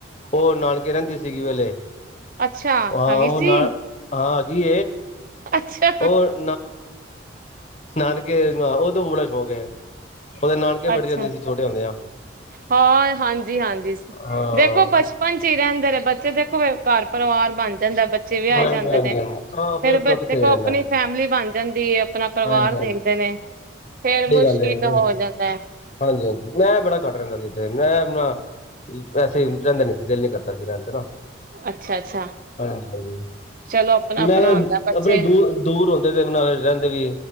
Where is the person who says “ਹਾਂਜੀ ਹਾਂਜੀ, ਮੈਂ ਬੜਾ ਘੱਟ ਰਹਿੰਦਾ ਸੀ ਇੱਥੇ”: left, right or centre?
Left